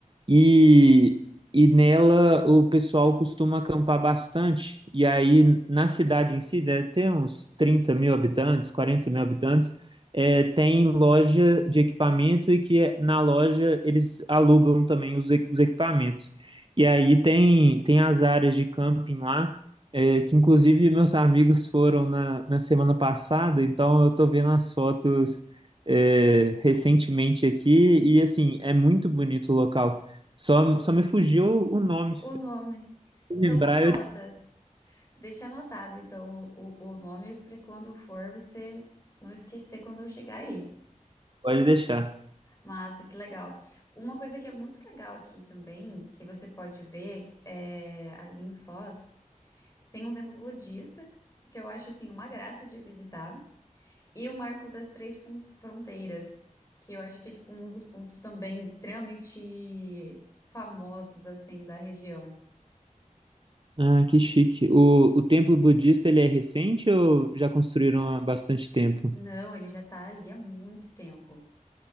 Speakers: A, on the right; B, on the left.
A: E, e nela o pessoal costuma acampar bastante. E aí na cidade em si, deve ter uns 30 mil habitantes, 40 mil habitantes, é, tem loja de equipamento e que é- na loja eles alugam também os, e- os equipamentos. E aí tem, tem as áreas de camping lá, é, que inclusive meus amigos foram na, na semana passada, então eu tô vendo as fotos. é, recentemente aqui e assim é muito bonito o local. Só, só me fugiu o nome.
B: O nome.
A: Se lembrar,
B: Então anota.
A: eu
B: Deixa anotado, então, o, o o nome para quando for você não esquecer quando eu chegar aí.
A: pode deixar.
B: Massa, que legal. Uma coisa que é muito legal aqui também, que você pode ver, é, ali em Foz, tem um templo budista, que eu acho, assim, uma graça de visitar. E o marco das três fron- fronteiras, que eu acho que é tipo um dos pontos também extremamente famosos assim da região.
A: Ah, que chique. O, o templo budista, ele é recente ou já construíram há bastante tempo?
B: Não, ele já tá ali há muito tempo.